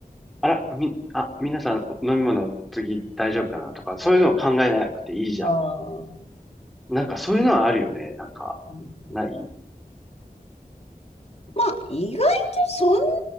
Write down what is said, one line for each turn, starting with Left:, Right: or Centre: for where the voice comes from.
Centre: あら、み、あ、皆さん飲み物次大丈夫かなとか、そういうのを考えなくていいじゃ
Left: ああ。
Centre: ん。なんかそういうのはあるよね。なんか、
Left: ま
Centre: ない
Left: あ、意外とそんな